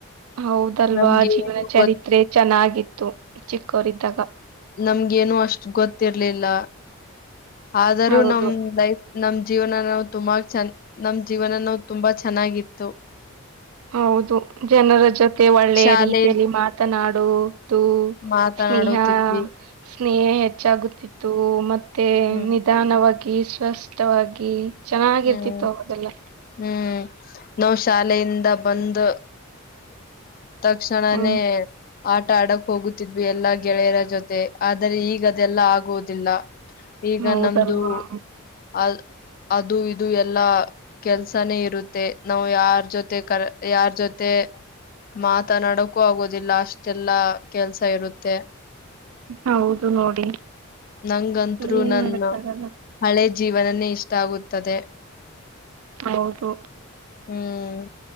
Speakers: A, on the right; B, on the left.
A: ಹೌದಲ್ವಾ
B: ನಮ್ಗೆ
A: ಜೀವನ
B: ಏನು
A: ಚರಿತ್ರೆ
B: ಗೊತ್
A: ಚೆನ್ನಾಗಿತ್ತು ಚಿಕ್ಕೋರಿದ್ದಾಗ.
B: ನಮ್ಗನು ಅಷ್ಟು ಗೊತ್ತಿರ್ಲಿಲ್ಲ ಆದರೂ
A: ಹೌದು
B: ನಮ್ ಲೈಫ್ ನಮ್ ಜೀವನ ನಾವು ತುಂಬಾ ಚ ನಮ್ ಜೀವನ ನಾವು ತುಂಬಾ ಚೆನ್ನಾಗಿತ್ತು.
A: ಹೌದು ಜನರ ಜೊತೆ ಒಳ್ಳೆಯ
B: ಶಾಲೆಯಲ್ಲಿ
A: ರೀತಿಯಲ್ಲಿ ಮಾತನಾಡುವುದು.
B: ಮಾತನಾಡುತ್ತಿದ್ವಿ
A: ಸ್ನೇಹ ಸ್ನೇಹ ಹೆಚ್ಚಾಗುತ್ತಿತ್ತು ಮತ್ತೆ
B: ಹ್ಮ್
A: ನಿ ನಿಧಾನವಾಗಿ ಸ್ವಸ್ಥವಾಗಿ ಚೆನ್ನಾಗಿರ್ತಿತ್ತು
B: ಹ್ಮ್
A: ಅವಗೆಲ್ಲ.
B: ಹ್ಮ್ ನಾವ್ ಶಾಲೆಯಿಂದ ಬಂದು. ತಕ್ಷಣನೇ
A: ಹ್ಮ್
B: ಆಟ ಆಡಕ್ ಹೋಗುತ್ತಿದ್ವಿ ಎಲ್ಲಾ ಗೆಳೆಯರ ಜೊತೆ ಆದರೆ ಈ ಈಗ ಅದೆಲ್ಲ ಆಗೋದಿಲ್ಲ ಈಗ
A: ಹೌದಲ್ವಾ
B: ನಮ್ದು ಅ ಅದು ಇದು ಎಲ್ಲಾ. ಕೆಲ್ಸಾನೇ ಇರುತ್ತೆ ನಾವು ಯಾರ್ ಜೊತೆ ಕರ ಯಾರ್ ಜೊತೆ. ಮಾತನಾಡಕೂ ಆಗೋದಿಲ್ಲ ಅಷ್ಟೆಲ್ಲಾ ಕೆಲ್ಸ ಇರುತ್ತೆ.
A: ಹೌದು ನೋಡಿ
B: ನಂಗಂತ್ರು
A: ಏನ್
B: ನನ್ನ
A: ಮಾಡಕ್ಕಾಗಲ್ಲ.
B: ಹಳೆ ಜೀವನನೇ ಇಷ್ಟ ಆಗುತ್ತದೆ.
A: ಹೌದು.
B: ಹ್ಮ್